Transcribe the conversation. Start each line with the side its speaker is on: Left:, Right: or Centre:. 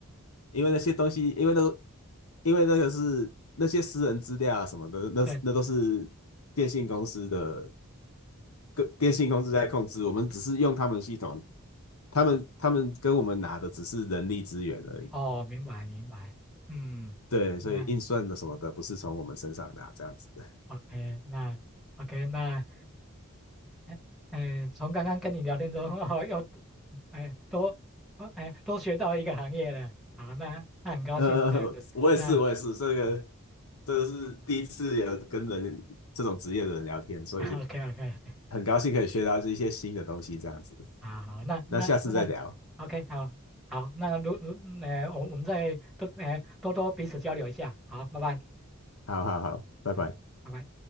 Left: 因为那些东西，因为那个，因为那个是那些私人资料啊什么的，那那都是电信公司的，
Centre: 对，
Left: 跟电信公司在控制，我们只是用他们系统，他们他们跟我们拿的只是人力资源而已，
Centre: 哦，明白明白，嗯，
Left: 对，
Centre: 那
Left: 所以运算的什么的不是从我们身上拿这样子。<laughs>
Centre: OK，那 OK，那，哎哎，从刚刚跟你聊天中，<laughs> 哦，又，哎，多，哦哎，多学到一个行业了，好，那那很高兴这样子，
Left: 呃，我也是我也是，
Centre: 那，
Left: 这个
Centre: 嗯
Left: 这个是第一次有跟人这种职业的人聊天，所以
Centre: ，OK OK，<laughs>
Left: 很高兴可以学到这一些新的东西这样子。
Centre: 啊，好，那那那，OK，
Left: 那下次再聊，
Centre: 好，好，那如如，呃，我我们再多，呃，多多彼此交流一下，好，拜拜，
Left: 好好好，拜拜。
Centre: 好，拜拜。